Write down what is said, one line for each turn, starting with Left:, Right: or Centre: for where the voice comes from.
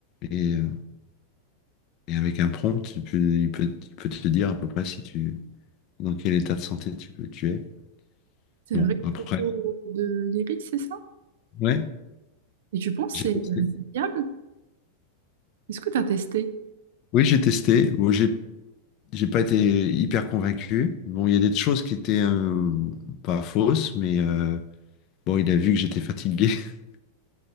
Left: et, euh, et avec un prompt, tu peux- il peut, il peut te dire à peu près si tu, dans quel état de santé tu, peux- tu es.
Right: C'est
Left: Bon,
Right: vrai,
Left: après,
Right: photo de l'iris, c'est ça?
Left: ouais,
Right: Et tu penses
Left: j'ai
Right: que c'est
Left: testé.
Right: euh, fiable? Est-ce que tu as testé?
Left: Oui, j'ai testé. Bon, j'ai, j'ai pas été hyper convaincu. Bon, il y a des choses qui étaient euh, pas fausses, mais euh, bon, il a vu que j'étais fatigué. <laughs>